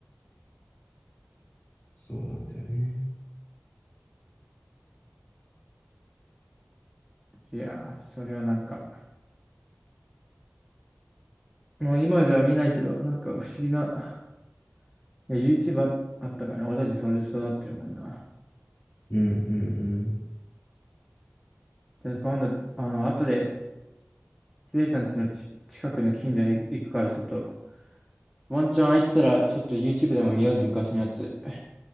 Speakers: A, on the left (about 50°); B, in the centre.
A: そうなんだよね。
B: いやー、それはなんか、もう今じゃ見ないけど、なんか不思議な、いや、YouTube ああったからね。俺たちそれで育ってるもんな。
A: うんうんう
B: で今度、あの、後で、ケイタンちのち近くの近所に行くから、ちょっと、ワンチャン空いてたら、ちょっと YouTube でも見ようぜ、昔のやつ。